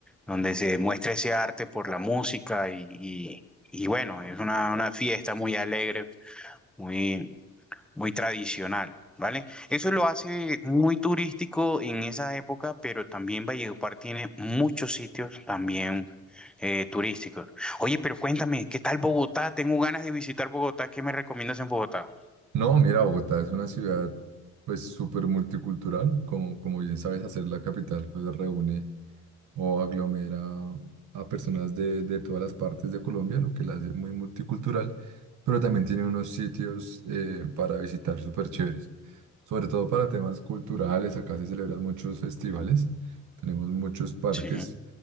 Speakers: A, in the centre; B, on the right.
A: donde se muestra ese arte por la música y, y, y bueno, es una, una fiesta muy alegre, muy, muy tradicional, ¿vale? Eso lo hace muy turístico en esa época, pero también Valledupar tiene muchos sitios también eh, turísticos. Oye, pero cuéntame, ¿qué tal Bogotá? Tengo ganas de visitar Bogotá. ¿Qué me recomiendas en Bogotá?
B: No, mira, Bogotá es una ciudad pues súper multicultural, como, como bien sabes, hacer la capital pues reúne o aglomera a personas de, de todas las partes de Colombia, lo que la hace muy multicultural, pero también tiene unos sitios eh, para visitar súper chéveres, sobre todo para temas culturales, acá se celebran muchos festivales, tenemos muchos parques,
A: Sí,